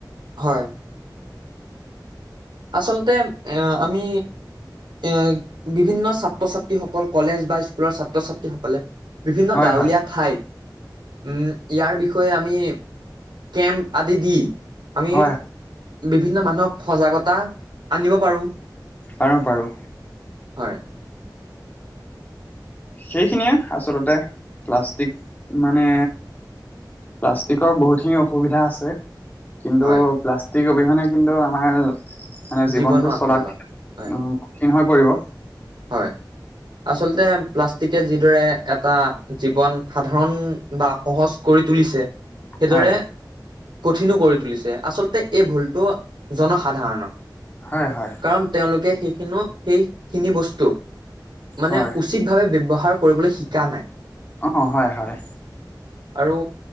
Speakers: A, on the right; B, on the left.
A: হয়। আচলতে এ আমি এ বিভিন্ন ছাত ছাত্ৰ- ছাত্ৰীসকল কলেজ বা স্কুলৰ ছাত্ৰ- ছাত্ৰীসকলে বিভিন্ন
B: হয়
A: গাঁৱলীয়া
B: হয়
A: ঠাইত উম, ইয়াৰ বিষয়ে কৈ আমি কেম্প আদি দি আমি
B: হয় হয়
A: বিভিন্ন মানুহক সজাগতা আনিব পাৰো।
B: পাৰো-পাৰো।
A: হয়।
B: সেইখিনিয়ে আচলতে প্লাষ্টিক মানে। প্লাষ্টিকৰ বহুতখিনি অসুবিধা আছে। কিন্তু
A: হয়
B: প্লাষ্টিক অবিহনে কিন্তু আমাৰ মানে জীৱনটো
A: জীৱনো আধৰুৱা
B: চলাত
A: হয়
B: উম, কঠিন হৈ পৰিব।
A: হয় আচলতে প্লাষ্টিকে যিদ এটা এটা জীৱন সাধাৰণ বা সহজ কৰি তুলিছে। সেইদৰে
B: হয়
A: কঠিনো কৰি তুলিছে আচলতে এই ভুলটো জনসাধাৰণৰ।
B: হয় হয়
A: কাৰণ তেওঁলোকে সেইখিনো সেইখিনি বস্তু মানে
B: হয়
A: উচিত ভাৱে ব্যৱহাৰ কৰিবলৈ শিকা নাই।
B: অ, হয় - হয়।
A: আৰু